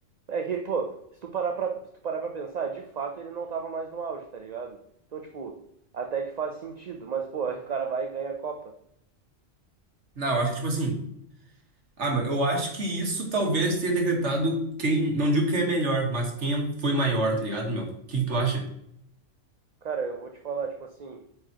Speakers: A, on the right; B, on the right.
A: é que, pô, se tu parar pra, se tu parar pra pensar, de fato ele não tava mais no auge, tá ligado? Então, tipo, até que faz sentido, mas, pô, <laughs> aí o cara vai e ganha a Copa.
B: Não, eu acho que, tipo assim. Ah, meu, eu acho que isso talvez tenha decretado quem. Não digo quem é melhor, mas quem foi maior, tá ligado, meu? O que que tu acha?
A: Cara, eu vou te falar, tipo assim,